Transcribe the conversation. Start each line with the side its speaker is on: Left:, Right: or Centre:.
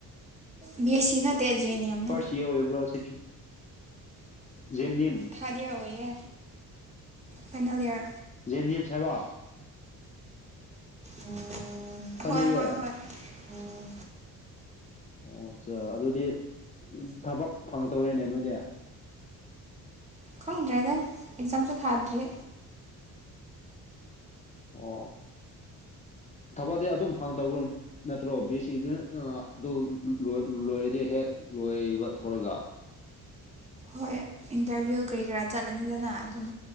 Right: ꯕꯤ ꯑꯦꯁ ꯁꯤ ꯅꯠꯇꯦ ꯖꯦ ꯑꯦꯟ ꯑꯦꯝꯅꯦ
Left: ꯐꯥꯔꯁ ꯌꯔ ꯑꯣꯏꯕ꯭ꯔꯣ ꯁꯦꯀꯦꯟ ꯖꯦꯝꯅꯤꯝꯁ
Right: ꯊꯥꯗꯤꯦ ꯑꯣꯏꯌꯦ ꯐꯥꯅꯦꯟ ꯋꯥꯔ
Left: ꯖꯦꯅꯤꯝꯁ ꯍꯥꯏꯕꯣ
Right: ꯎꯝ
Left: ꯐꯥꯏꯅꯦꯜ
Right: ꯍꯣꯏ
Left: ꯏꯌꯥꯔ
Right: ꯍꯣꯏ ꯍꯣꯏ ꯎꯝ
Left: ꯑꯣ ꯑꯠꯆꯥ ꯑꯗꯨꯗꯤ ꯊꯕꯛ ꯐꯪꯉꯛꯇꯧꯔꯦꯅꯦ ꯅꯣꯏꯗꯤ
Right: ꯈꯪꯗ꯭ꯔꯦꯗ ꯑꯦꯛꯖꯥꯝꯁꯨ ꯊꯥꯗ꯭ꯔꯤ
Left: ꯑꯣ ꯊꯧꯕꯥꯜꯗꯩ ꯑꯗꯨꯝ ꯐꯪꯗꯧ ꯅꯠꯇ꯭ꯔꯣ ꯕꯤ ꯑꯦ ꯁꯤꯗꯨꯅ ꯑꯗꯨ ꯂꯣꯏ ꯂꯣꯏꯔꯗꯤ ꯍꯦꯛ ꯂꯣꯏꯕ ꯊꯧꯔꯒ
Right: ꯍꯣꯏ ꯏꯟꯇꯔꯚꯤꯌꯨ ꯀꯔꯤ ꯀꯔꯥ ꯆꯠꯂꯅꯤꯗꯅ ꯑꯗꯨꯝ